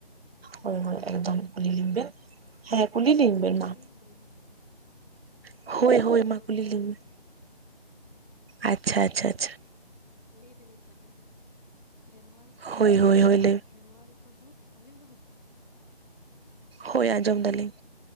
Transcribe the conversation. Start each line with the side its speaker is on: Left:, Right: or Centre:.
Right: ᱦᱳᱭ ᱦᱳᱭ
Left: ᱦᱮᱸ?
Right: ᱮᱠᱫᱚᱢ ᱠᱩᱞᱤ ᱞᱤᱧ ᱵᱮᱱ ᱦᱮᱸ ᱠᱩᱞᱤ
Left: ᱢᱮᱱ ᱮᱫᱟ ᱞᱤᱧ
Right: ᱵᱮᱱ
Left: ᱠᱩᱞᱤ
Right: ᱢᱟ
Left: ᱮᱫ ᱵᱤᱱᱟ? ᱠᱟᱹᱴᱤᱡ
Right: ᱦᱳᱭ
Left: ᱟᱥᱛᱮ
Right: ᱦᱳᱭ
Left: ᱧᱚᱜ
Right: ᱢᱟ
Left: ᱨᱚᱲ
Right: ᱠᱩᱞᱤ
Left: ᱵᱮᱱ
Right: ᱞᱤᱧ
Left: ᱦᱳᱭ ᱥᱮ᱾
Right: ᱢᱮ ᱟᱪᱪᱷᱟ, ᱟᱪᱪᱷᱟ, ᱟᱪᱪᱷᱟ᱾
Left: ᱞᱟᱹᱭ ᱮᱫᱟ ᱞᱤᱧ ᱛᱟᱦᱚᱞᱮ ᱠᱷᱮᱨᱣᱟᱞ ᱠᱚᱫᱚ
Right: ᱦᱳᱭ ᱦᱳᱭ
Left: ᱠᱷᱚᱨᱚᱜ
Right: ᱦᱳᱭ ᱞᱟᱹᱭ
Left: ᱠᱷᱮᱨᱣᱟᱞ ᱠᱚᱫᱚ ᱟᱸᱡᱚᱢ ᱮᱫᱟ ᱵᱤᱱ ᱛᱚ?
Right: ᱦᱳᱭ, ᱟᱸᱡᱚᱢ ᱮᱫᱟᱞᱤᱧ᱾